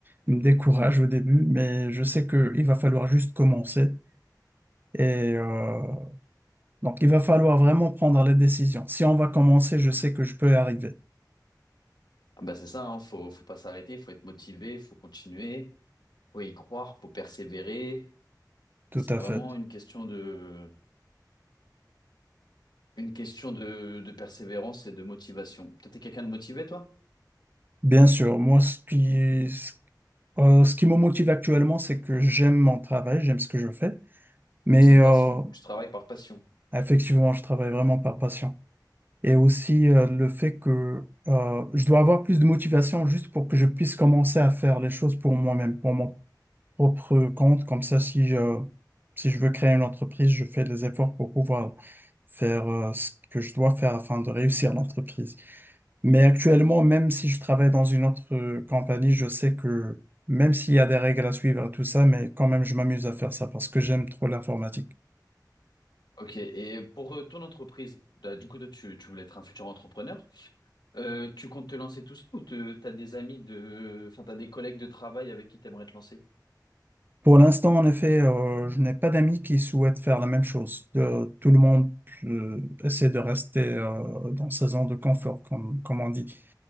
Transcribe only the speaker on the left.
Ah bah c'est ça, hein, faut, faut pas s'arrêter, faut être motivé, faut continuer, faut y croire, faut persévérer.
C'est
vraiment
une question de, une question de, de persévérance et de motivation. Toi, t'es quelqu'un de motivé, toi?
Donc c'est une
passion, tu travailles par passion.
Ok, et pour euh, ton entreprise, bah, du coup, toi, tu, tu voulais être un futur entrepreneur? Euh, tu comptes te lancer tout seul ou te- t'as des amis de, enfin t'as des collègues de travail avec qui t'aimerais te lancer?